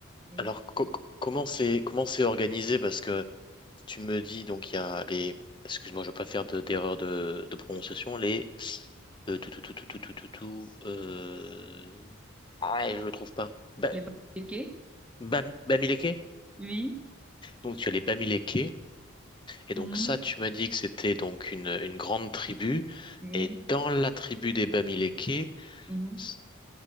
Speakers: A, in the centre; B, on the left (about 20°).
A: Bamileke.
B: Alors, co- co- comment c'est comment c'est organisé? Parce que tu me dis, donc, il y a les... Excuse-moi, je ne veux pas faire de, d'erreur de, de prononciation. Les... Le tout, tout, tout, tout, tout, tout, tout, tout, euh... Ah, ouais, je le trouve pas. Ba-
A: Les Bamileke?
B: Bam- Bamileke?
A: Oui.
B: Donc, tu as les Bamileke. Et
A: Mhm.
B: donc, ça, tu m'as dit que c'était donc une, une grande tribu.
A: Oui.
B: Et dans la tribu des Bamileke,
A: Mhm.
B: s-